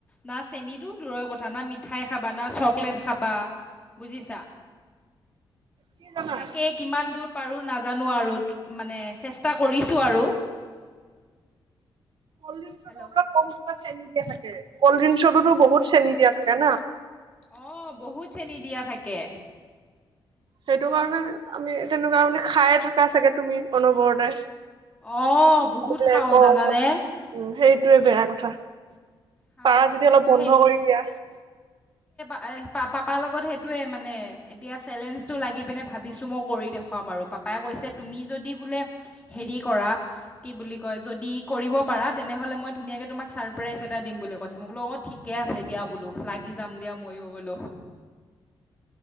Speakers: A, on the left (about 15°); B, on the right (about 65°).
A: না চেনি টো কথা না মিঠাই খাবা না চকলেট খাবা বুজিছা।
B: কি জানা
A: তাকে কিমান দূৰ পাৰো নাজানো আৰু মানে চেষ্টা কৰি ছোঁ আৰু।
B: কলড্ৰিঙটো
A: হেল্ল'
B: কম <unintelligible> চেনি দিয়া থাকে কল্ড ড্ৰিংকছতো বহুত চেনি দিয়া থাকে না।
A: অ, বহুত চেনি দিয়া থাকে।
B: সেইটো কাৰণে আমি তেনেকুৱা মানে খাইে থাকা চাগে তুমি অনবৰতে
A: অঁ বহুত
B: ত
A: খাওঁ
B: অ
A: জানানে
B: উ সেই টোৱে বেয়া কথা
A: হা
B: পাৰ যদি অলপ
A: তই
B: বন্ধ কৰি দিয়া
A: এই পা পাপাৰ লগত সেইটোৱে মানে এতিয়া চেলেঞ্জটো লাগি পিনে ভাবিছোঁ মই কৰি দেখুৱাম আৰু পাপাক পায়ে কৈছে তুমি যদি বোলে হেৰি কৰা কি বুলি কয় যদি কৰিব পাৰা তেনেহ'লে মই ধুনীয়াকে কে তোমাক ছাৰপ্ৰাইজ এটাম কৈছে মই বো অঁ ঠিকে আছে দিয়া বোলো লাগি যাম ময়ো বোলো